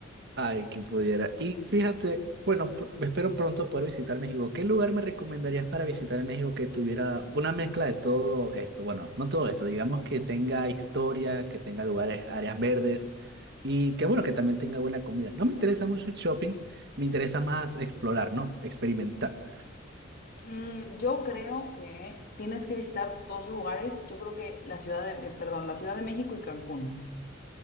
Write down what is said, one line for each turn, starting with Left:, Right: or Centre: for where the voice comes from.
Right: Ay, que pudiera. Y fíjate, bueno, p- espero pronto poder visitar México. ¿Qué lugar me recomendarías para visitar en México que tuviera una mezcla de todo esto? Bueno, no todo esto, digamos que tenga historia, que tenga lugares, áreas verdes y que bueno, que también tenga buena comida. No me interesa mucho el shopping, me interesa más explorar, ¿no? Experimentar.
Left: Mm, yo creo que tienes que visitar dos lugares. Yo creo que la ciudad de, eh, perdón, la Ciudad de México y Cancún.